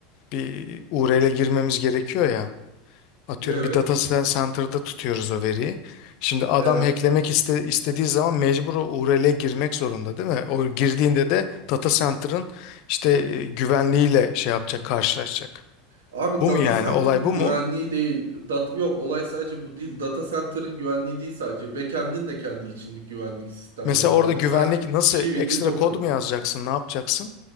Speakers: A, on the left; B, on the right.
A: bir URL'e girmemiz gerekiyor ya. Atıyorum
B: Evet.
A: bir data center'da tutuyoruz o veriyi. Şimdi adam
B: Evet.
A: hacklemek iste- istediği zaman mecbur o URL'e girmek zorunda değil mi? O girdiğinde de data center'ın işte e, güvenliğiyle şey yapacak, karşılaşacak.
B: Abi
A: Bu
B: data
A: mu yani?
B: center'ın
A: Olay bu
B: güvenliği
A: mu?
B: değil. Dat yok olay sadece bu değil. Data center'ın güvenliği değil sadece. Backend'in de kendi içinde güvenlik sistemleri
A: Mesela
B: var.
A: orada
B: Mesela
A: güvenlik nasıl
B: JWT
A: ekstra
B: token.
A: kod mu yazacaksın, ne yapacaksın?